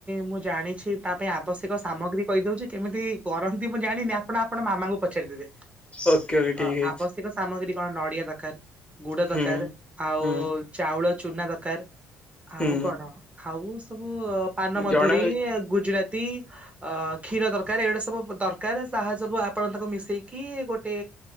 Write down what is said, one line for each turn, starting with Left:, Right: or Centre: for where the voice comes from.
Right: ମୁଁ ଜାଣିଛି ତା ପାଇଁ ଆବଶ୍ୟକ ସାମଗ୍ରୀ କହିଦଉଛି କେମିତି କରନ୍ତି ମୁଁ ଜାଣିନି ଆପଣ ଆପଣ ମାମାଙ୍କୁ ପଚାରିଦେବେ
Left: ଓକେ ଓକେ ଠିକ
Right: ଅ
Left: ଅଛି
Right: ଆବଶ୍ ତିକ ସାମଗ୍ରୀ କଣ ନଡ଼ିଆ ଦରକାର ଗୁଡ଼
Left: ହୁଁ
Right: ଦରକାର ଆଉ
Left: ହୁଁ
Right: ଚାଉଳ ଚୁନା ଦରକାର ଆଉ
Left: ହୁଁ
Right: କଣ ଆଉ ସବୁ ପାନ ମଧୁରୀ,
Left: ଜଣା ହଉ
Right: ଗୁଜୁରାତି। ଅ କ୍ଷୀର ଦରକାର ଏଉଡ଼ା ସବୁ ଦରକାର ତାହା ସବୁ ଆପଣ ତାଙ୍କୁ ମିଶେଇକି ଗୋଟେ